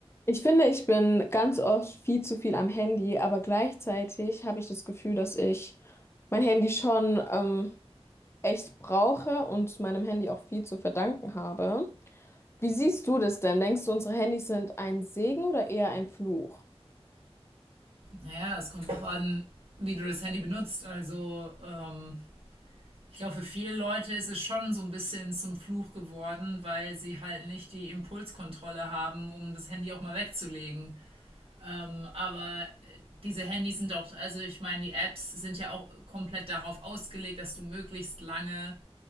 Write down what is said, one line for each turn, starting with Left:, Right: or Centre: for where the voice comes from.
Left: Ich finde, ich bin ganz oft viel zu viel am Handy, aber gleichzeitig habe ich das Gefühl, dass ich mein Handy schon ähm, echt brauche und meinem Handy auch viel zu verdanken habe. Wie siehst du das denn? Denkst du, unsere Handys sind ein Segen oder eher ein Fluch?
Right: Naja, es kommt drauf an, wie du das Handy benutzt. Also, ähm, ich glaube, für viele Leute ist es schon so ein bisschen zum Fluch geworden, weil sie halt nicht die Impulskontrolle haben, um das Handy auch mal wegzulegen. Ähm, aber äh, diese Handys sind auch, also ich meine, die Apps sind ja auch komplett darauf ausgelegt, dass du möglichst lange